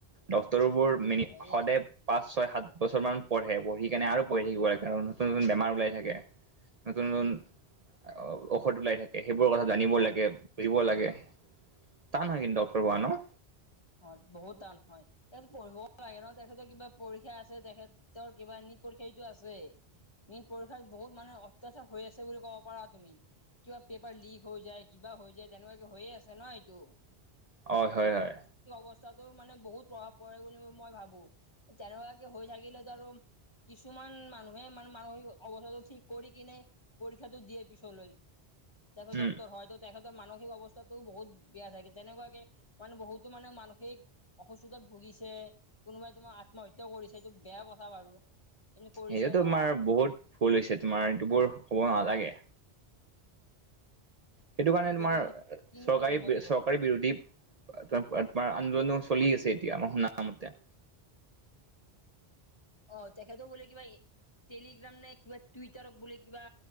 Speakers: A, on the right (about 45°); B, on the left (about 25°).
A: ডক্টৰবোৰ
B: হয়তো
A: মিনি
B: হয়ে।
A: সদায় পাঁচ, ছয় -সাত বছৰমান পঢ়ে পঢ়ি কেনে আৰু পৰি থাকিব লাগে কাৰণ নতুন- নতুন বেমাৰ ওলাই থাকে। নতুন- নতুন অ ঔষধ ওলাই থাকে সেইবোৰৰ কথা জানিবই লাগে ৰিব লাগে, টান হয় কিন্তু ডক্টৰ হোৱা ন?
B: অ বহুত টান হয়। এই পঢ়িব লাগে ন তেখেতৰ কিবা পৰীক্ষা আছে, তেখেতৰ তেওঁৰ কিবা নিট পৰীক্ষা এইটো আছে। নিট পৰীক্ষাত বহুত মানে অত্যাচাৰ হৈ আছে বুলি ক'ব পাৰা তুমি। কিবা পেপাৰ লিক হৈ যায়, কিবা হৈ যায় তেনেকুৱাকে হৈয়ে আছে ন এইটো।
A: অ হয় হয়।
B: অৱস্থাতো মানে বহুত প্ৰভাৱ পৰে বুলি মই ভাবো। তেনেকুৱাকে হৈ থাকিলেতো আৰু কিছুমান মানুহে মানে মানসিক অৱস্থাটো ঠিক কৰি কিনে পৰীক্ষাটো দিয়ে পিছলৈ তেখত
A: উম
B: ডক্টৰ হয় তেখেত মানসিক অৱস্থাটো বহুত বেয়া থাকে তেনেকুৱাকে মানে বহুত তো মানে মানসিক অসুস্থতাত ভুগিছে, কোনোবাই তোমাৰ আত্মহত্যা কৰিছে এইটো বেয়া কথা বাৰু। কিন্তু কৰিছে
A: সেটো তোমাৰ
B: ন
A: বহুত ভুল হৈছে তোমাৰ এইটো বোৰ হ'ব নালাগে। সেইটো কাৰণে
B: সেইটোৱেতো
A: তোমাৰ
B: কিন্তু কিনো
A: চৰকাৰী
B: কৰিব তেখেতে
A: চৰকাৰী বিৰোধী ত তোমাৰ আন্দোলনো চলি আছে সোনামতে
B: অ তেখেতে বলে কিবা টেলিগ্ৰাম নে কিবা টুইটাৰক বুলি কিবা